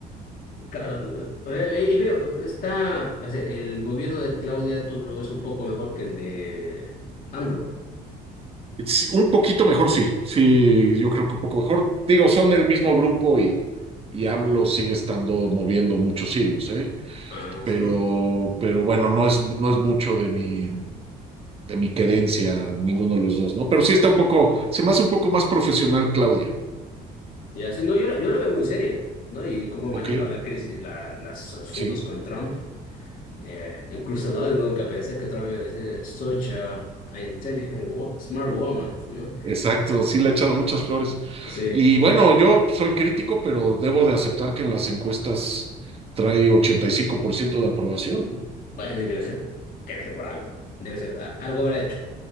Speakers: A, on the left (about 55°); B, on the right (about 35°).
A: Claro, eh, eh, veo, está, o sea, el gobierno de Claudia, tú lo ves un poco mejor que el de AMLO.
B: Sí, un poquito mejor, sí, sí, yo creo que un poco mejor. Digo, son el mismo grupo y, y AMLO sigue estando moviendo muchos hilos, ¿eh?
A: Ah,
B: pero,
A: sí.
B: pero bueno, no es, no es mucho de mi, de mi querencia, ninguno de los dos, ¿no? Pero sí está un poco, se me hace un poco más profesional Claudia,
A: Ya, sí, no, yo la, yo la veo muy seria, ¿no? Y cómo ha
B: ¿ok?
A: manejado la crisis, la, los asuntos
B: Sí,
A: con Trump. Eh, incluso, ¿no? Nunca pensé que Trump iba a decir, such a, a intelligent, wo- smart woman, ¿no?
B: exacto, sí le he echado muchas flores.
A: Sí.
B: Y bueno, yo soy crítico, pero debo de aceptar que en las encuestas trae 85% de aprobación, ¿no?
A: Bueno, y debe ser, debe ser por algo. Debe ser, a- algo habrá hecho.